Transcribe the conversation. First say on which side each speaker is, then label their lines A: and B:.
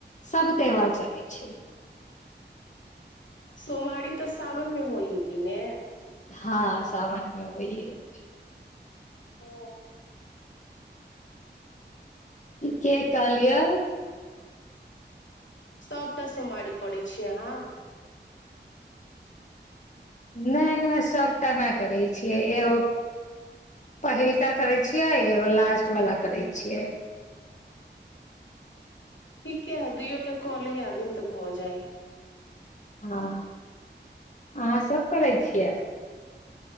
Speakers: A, on the left; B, on the left.
A: सभ त्यौहार चलै छै
B: सोमारी तऽ सावनमे होइ है कि ने
A: हँ सावन मे होय है
B: ओ
A: के कलिय
B: सबटा सोमारि करै छि आहा
A: नहि सभटा नहि करै छियै एगो पहिलका करै छियै एगो लास्टवला करै छियै
B: ठीके है दूोटा कले ही आदमी तऽ भऽ जाइ
A: हँ अहाँ सभ करै छियै